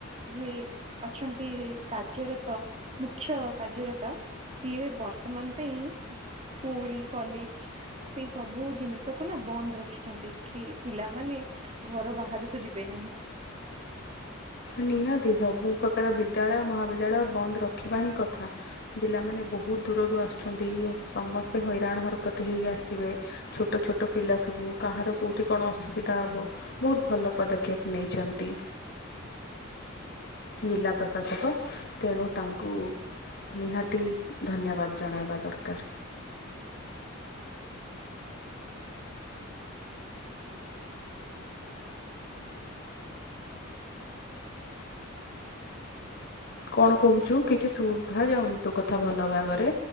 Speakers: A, on the right (about 30°); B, on the left (about 55°).
A: ଯିଏ ଅଛନ୍ତି କାର୍ଯ୍ୟରତ ମୁଖ୍ୟ କାର୍ଯ୍ୟରତ ସିଏ ବର୍ତ୍ତମାନ ପାଇଁ ସ୍କୁଲ କଲେଜ୍। ସେଇ ସବୁ ଜିନିଷକୁ ନା ବନ୍ଦ ରଖିଛନ୍ତି କି ପିଲାମାନେ ଘର ବାହାରକୁ ଯିବେ ନାହିଁ।
B: ନିହାତି ସବୁ ପ୍ରକାର ବିଦ୍ୟାଳୟ ମହାବିଦ୍ୟାଳୟ ବନ୍ଦ ରଖିବା ହିଁ କଥା। ପିଲାମାନେ ବହୁତ ଦୂରରୁ ଆସୁଚନ୍ତି ସମସ୍ତେ ହଇରାଣ ହରକତ ହେଇ ଆସିବେ। ଛୋଟ ଛୋଟ ପିଲା ସବୁ କାହାର କୋଉଠି କଣ ଅସୁବିଧା ହେବ। ବୋହୁତ ଭଲ ପଦକ୍ଷେପ ନେଇଚନ୍ତି। ଜିଲ୍ଲା ପ୍ରଶାସକ ତେଣୁ ତାଙ୍କ କୁ ନିହାତି ଧନ୍ୟବାଦ ଜଣାଇବା ଦରକାର। କଣ କହୁଛୁ କିଛି ଶୁଭା ଯାଉନି ତତୋ କଥା ଭଲ ଭାବରେ?